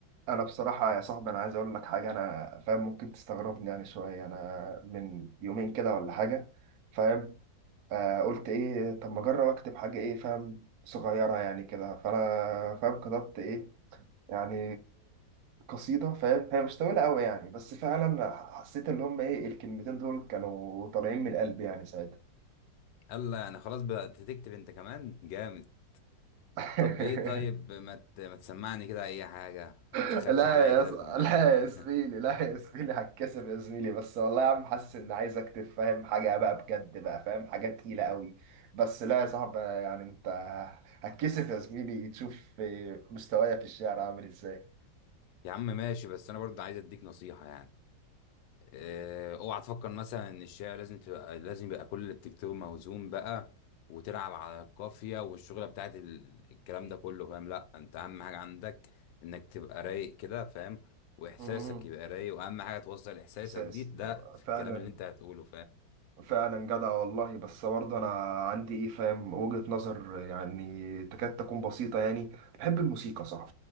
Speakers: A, on the right; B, on the left.
A: انا بصراحه يا صاحبي انا عايز اقول لك حاجه انا فاهم ممكن تستغربني يعني شويه انا من يومين كده ولا حاجه فاهم آه قلت ايه طب ما اجرب اكتب حاجه ايه فاهم صغيره يعني كده فانا فاهم كتبت ايه يعني قصيده فاهم هي مش طويله قوي يعني بس فعلا حسيت ان هم ايه الكلمتين دول كانوا طالعين من قلبي يعني ساعتها
B: يلا يعني خلاص بدأت تكتب انت كمان جامد
A: <laughs>
B: طب ايه طيب ما ت- ما تسمعني كده اي حاجه ما تبخلش
A: لا
B: عليا
A: يا
B: كده
A: ص...
B: بالمعلومات
A: لا يا زميلي لا يا زميلي هتكسب يا زميلي بس والله يا عم حاسس ان عايز اكتب فاهم حاجه بقى بجد بقى فاهم حاجه تقيله قوي بس لا يا صاحبي يعني انت هتكسب يا زميلي تشوف مستوايا في الشعر عامل ازاي
B: <laughs> يا عم ماشي بس انا برضه عايز اديك نصيحه يعني اه، اوعى تفكر مثلا ان الشعر لازم تبقى لازم يبقى كل اللي بتكتبه موزون بقى وتلعب على القافيه والشغله بتاعت ال- الكلام ده كله فاهم لا انت اهم حاجه عندك انك تبقى رايق كده فاهم واحساسك
A: مهم.
B: يبقى رايق واهم حاجه توصل احساسك
A: اساس
B: دي ده في
A: فعلا
B: الكلام اللي انت هتقوله
A: فعلا جدع والله بس برضه انا عندي ايه فاهم وجهة نظر يعني تكاد تكون بسيطة يعني بحب الموسيقى صح